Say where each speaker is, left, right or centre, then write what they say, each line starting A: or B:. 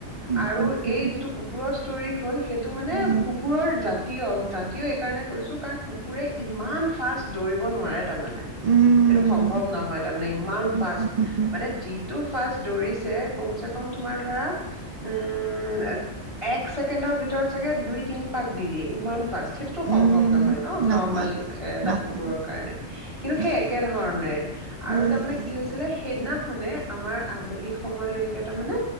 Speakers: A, on the right (about 50°); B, on the right (about 25°).
A: উম
B: আৰু
A: উম উম
B: এই যিটো কুকুৰৰ ষ্টৰী হ'ল সেই টো মানে
A: উম
B: কুকুৰৰ জাতীয়, জাতীয় এই কাৰণে কৈছো কাৰণ কু কুৰে ইমান ফাৰ্ষ্ট দৌৰিব নোৱাৰে তাৰমানে সেইটো
A: উম
B: সম্ভৱ নহয় তাৰমানে ইমান
A: উম
B: ফাৰ্ষ্ট
A: উম
B: মানে যিটো ফাৰ্ষ্ট দৌৰিছে কমচেকম তোমাৰ ধৰা উম এক ছেকেণ্ডৰ ভিতৰত চাগে দুই তিনি পাক দি দিয়ে ইমান ফাৰ্ষ্ট সেই টো সম্ভৱ
A: উম
B: নহয় ন
A: নহয়
B: নৰ্মেল এ এটা
A: নহয়
B: কুকুৰৰ কাৰণে, কিন্তু
A: নহয়
B: সেই একেধৰণেৰে
A: নহয়
B: আৰু তাৰমানে
A: উম
B: কি হৈছিলে সেইদিনাখনে আমাৰ আবেলি সময়লৈকে তাৰমানে